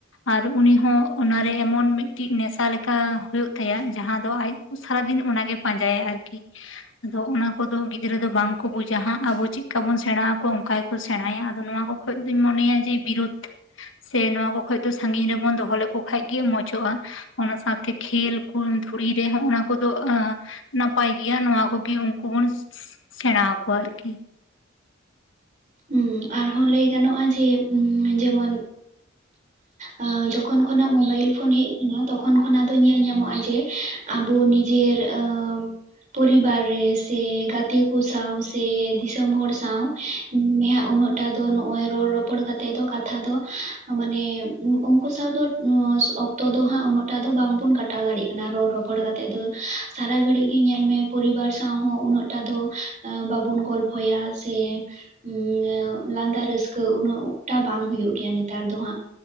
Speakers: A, on the left; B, on the right.
A: ᱟᱨ ᱩᱱᱤ ᱦᱚᱸ ᱚᱱᱟᱨᱮ ᱮᱢᱚᱱ ᱢᱤᱫᱴᱮᱡ ᱱᱮᱥᱟ ᱞᱮᱠᱟ ᱦᱩᱭᱩᱜ ᱛᱟᱭᱟ ᱡᱟᱦᱟᱸ ᱫᱚ ᱟᱡ ᱥᱟᱨᱟᱫᱤᱱ ᱚᱱᱟᱜᱮ ᱯᱟᱸᱡᱟᱭᱟ, ᱟᱨᱠᱤ᱾ ᱟᱫᱚ ᱚᱱᱟ ᱠᱚᱫᱚ ᱜᱤᱫᱽᱨᱟᱹ ᱫᱚ ᱵᱟᱝ ᱠᱚ ᱵᱩᱡᱟ ᱦᱟᱸᱜ, ᱟᱵᱚ ᱪᱮᱫᱠᱟ ᱵᱚᱱ ᱥᱮᱬᱟ ᱟᱠᱚᱣᱟ ᱚᱱᱠᱟ ᱜᱮᱠᱚ ᱥᱮᱬᱟᱭᱟ᱾ ᱟᱫᱚ ᱱᱚᱣᱟ ᱦᱚᱸ ᱠᱷᱚᱡᱫᱚᱧ ᱢᱚᱱᱮᱭᱟ ᱡᱮ ᱵᱤᱨᱩᱫᱽ ᱥᱮ ᱱᱚᱣᱟ ᱠᱚ ᱠᱷᱚᱡ ᱫᱚ ᱥᱟᱹᱜᱤᱧ ᱨᱮᱵᱚᱱ ᱫᱚᱦᱚ ᱞᱮᱠᱚ ᱠᱷᱟᱡ ᱜᱮ ᱢᱚᱸᱡᱽᱜᱼᱟ᱾ ᱚᱱᱟ ᱥᱟᱶᱛᱮ ᱠᱷᱮᱞ ᱠᱚ ᱫᱷᱩᱲᱤ ᱨᱮᱦᱚᱸ ᱚᱱᱟ ᱠᱚᱫᱚ ᱟᱸ ᱱᱟᱯᱟᱭ ᱜᱮᱭᱟ᱾ ᱱᱚᱣᱟ ᱠᱚ ᱠᱚᱩᱜᱤ ᱩᱱᱠᱩ ᱵᱚᱱ ᱥᱮᱬᱟ ᱟᱠᱚᱣᱟ ᱟᱨᱠᱤ᱾
B: ᱩᱸ ᱟᱨᱦᱚᱸ ᱞᱟᱹᱭ ᱜᱟᱱᱚᱜᱼᱟ ᱡᱮᱸ ᱩᱸ ᱡᱮᱢᱚᱱ
A: <inaudible>
B: ᱟᱸ ᱡᱚᱠᱷᱚᱱ ᱠᱷᱚᱱᱟᱜ ᱢᱳᱵᱟᱭᱤᱞ ᱯᱷᱳᱱ ᱦᱮᱡ ᱟᱠᱟᱱᱟ, ᱛᱚᱠᱷᱚᱱ ᱠᱷᱚᱱᱟᱜ ᱫᱚ ᱧᱮᱞ ᱧᱟᱢᱚᱜᱼᱟ ᱡᱮ ᱟᱵᱚ ᱱᱤᱡᱮᱨ ᱟᱸ ᱯᱚᱨᱤᱵᱟᱨ ᱨᱮ ᱥᱮ ᱜᱟᱛᱮ ᱠᱚ ᱥᱟᱶ ᱥᱮ ᱫᱤᱥᱚᱢ ᱦᱚᱲ ᱥᱟᱶ ᱩᱭ ᱩᱱᱟᱹᱜ ᱴᱟ ᱫᱚ ᱱᱚᱜ-ᱚᱭ ᱨᱚᱲ ᱨᱚᱯᱚᱲ ᱠᱟᱛᱮ ᱫᱚ ᱠᱟᱛᱷᱟ ᱫᱚ ᱢᱟᱱᱮ ᱩᱱᱠᱩ ᱥᱟᱶ ᱫᱚ ᱚᱠᱛᱚ ᱫᱚ ᱦᱟᱸᱜ ᱩᱱᱟᱹᱜ ᱴᱟᱜ ᱫᱚ ᱵᱟᱝ ᱵᱩᱱ ᱠᱟᱴᱟᱣ ᱫᱟᱲᱮᱭᱟᱜ ᱠᱟᱱᱟ᱾ ᱨᱚᱲ ᱨᱚᱯᱚ ᱨᱚᱯᱚᱲ ᱠᱟᱛᱮ ᱫᱚ ᱥᱟᱨᱟ ᱜᱷᱟᱹᱲᱤ ᱜᱮ ᱧᱮᱞ ᱢᱮ ᱯᱚᱨᱤᱵᱟᱨ ᱥᱟᱶ ᱦᱚᱸ ᱩᱱᱟᱹᱜ ᱴᱟ ᱫᱚ ᱮᱸ ᱵᱟᱵᱩᱱ ᱜᱚᱞᱯᱚᱭᱟ ᱥᱮ ᱦᱩᱸ ᱞᱟᱸᱫᱟ ᱨᱟᱹᱥᱠᱟᱹ ᱩᱱᱟᱹᱜᱴᱟ ᱵᱟᱝ ᱦᱩᱭᱩᱜ ᱜᱮᱭᱟ, ᱱᱮᱛᱟᱨ ᱫᱚ ᱦᱟᱸᱜ᱾